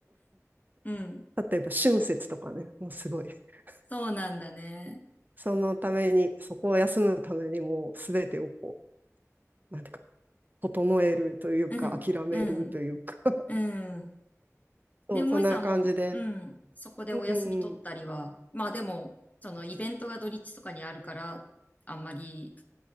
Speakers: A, on the left; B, on the right.
A: うん。
B: 例えば春節とかね、もうすごい <laughs>。
A: そうなんだね。
B: そのために、そこを休むためにもうすべてをこう、なんていうか、整えるというか、
A: うん、
B: 諦めるというか
A: うん、
B: <laughs>、
A: うん。
B: そう、
A: で、萌さんも、
B: そんな感じで。
A: うん、そこでお休み取ったりは、
B: うんうんうん。
A: まあでも、そのイベントが土日とかにあるから、あんまり、